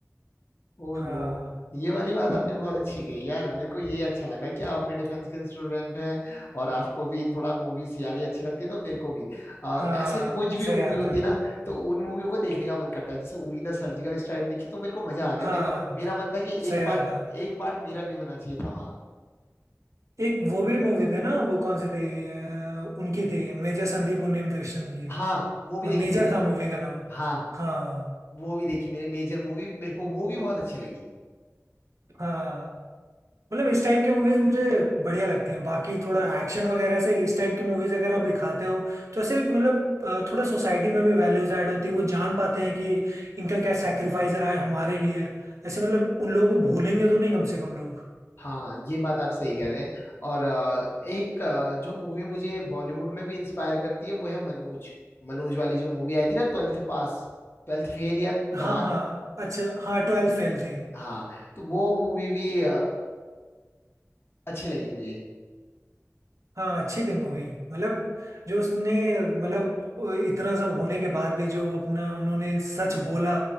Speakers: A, on the left (about 45°); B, on the right (about 70°).
A: Oh
B: हाँ
A: no ये वाली बात आपने बहुत अच्छी कही यार मेरे को ये अच्छा लगा कि आप भी डिफेंस के स्टूडेंट हैं और आपको भी थोड़ा मूवीज याली अच्छी लगती है तो मेरे को भी आ,
B: हाँ
A: ऐसे कुछ भी
B: सही
A: मूवी
B: बात
A: होती
B: है
A: है ना तो उन मूवियों को देखने का मन करता है जैसे उरी द सर्जिकल स्ट्राइक देखी तो मेरे को मजा आ गया
B: हाँ
A: मेरे का मेरा मन था कि
B: सही
A: एक
B: बात
A: पार्ट
B: है
A: एक पार्ट मेरा भी होना चाहिए था वहाँ
B: एक वो भी मूवी थी ना वो कौन सी थी अ, उनकी थी मेजर संदीप उन्नीन कृष्णन की
A: हाँ वो भी
B: अ,
A: देखी
B: मेजर
A: थी मैंने
B: था मूवी का नाम
A: हाँ
B: हाँ
A: वो भी देखी मैंने मेजर मूवी मेरे को वो भी बहुत अच्छी लगी
B: हाँ मतलब इस टाइप की मूवीज मुझे बढ़िया लगती हैं बाकी थोड़ा एक्शन वगैरह से इस टाइप की मूवीज अगर आप दिखाते हो तो ऐसे एक मतलब अ, थोड़ा सोसाइटी में भी वैल्यूज ऐड होती है वो जान पाते हैं कि इनका क्या सेक्रीफाइस रहा है हमारे लिए ऐसे मतलब उन लोगों को भूलेंगे तो नहीं कम से कम लोग
A: हाँ ये बात आप सही कह रहे हैं और अ, एक अ, जो मूवी मुझे बॉलीवुड में भी इंस्पायर करती है वो है मनोज मनोज वाली जो मूवी आई थी ना ट्वेल्थ पास ट्वेल्थ फेल या
B: हाँ
A: हाँ
B: हाँ अच्छा हाँ ट्वेल्थ फेल थी
A: हाँ तो वो मूवी भी अ, अच्छी लगी मुझे
B: हाँ अच्छी थी मूवी मतलब जो उसने मतलब इतना सब होने के बाद भी जो अपना उन्होंने सच बोला